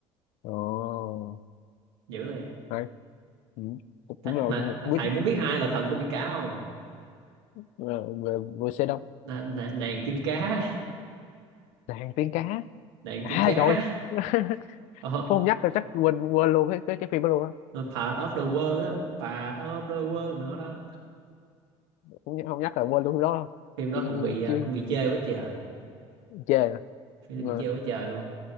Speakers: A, on the left; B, on the right.
A: ồ
B: dữ liền
A: hay ừ. cũng
B: thầy,
A: cũng là
B: mà
A: cũng cũng
B: thầy
A: biết
B: muốn biết ai là thần của biển cả không
A: ờ, về về xe đông
B: N- n- nàng tiên cá
A: nàng tiếng cá
B: nàng
A: à
B: tiên cá
A: trời <laughs>
B: oh,
A: Phú không nhắc là chắc quên quên luôn cái cái, cái phim đó luôn á
B: part of the world á part of the world nó đó
A: không, nhắc- không nhắc là quên luôn cái đó luôn
B: phim đó
A: chị
B: cũng bị à,
A: chưa
B: cũng bị chê quá trời
A: chê
B: phim
A: mà
B: đó bị
A: mà,
B: chê quá trời luôn